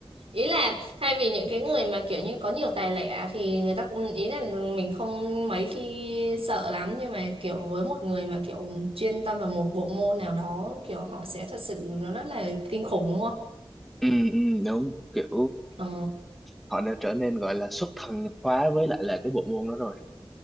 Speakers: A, on the right; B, in the centre.
A: Ý là thay vì những cái người mà kiểu như có nhiều tài lẻ thì người ta cũng ý là mình không mấy khi sợ lắm nhưng mà kiểu với một người mà kiểu chuyên tâm vào một bộ môn nào đó kiểu họ sẽ thật sự nó rất là kinh khủng đúng không?
B: ừ, ừ, đúng kiểu
A: Ờ.
B: họ đã trở nên gọi là xuất thần nhập hóa với lại là cái bộ môn đó rồi